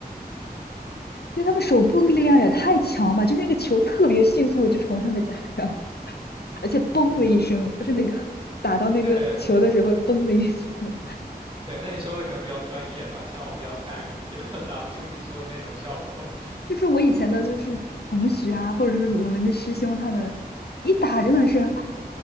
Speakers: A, on the right (about 30°); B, on the left (about 75°).
A: 嗯
B: 对他们手部力量也太强了吧！就是那个球特别迅速的就从上面打上，而且嘣的一声，
A: 嗯，
B: 就是那个打到那个球的时候嘣的一声。
A: 对对，那你说的可能比较专业吧，像我比较菜，可能就 <laughs> 达不出你说的那种效果。
B: 就是我以前的，就是同学啊，或者是我们的师兄他们一打真的是，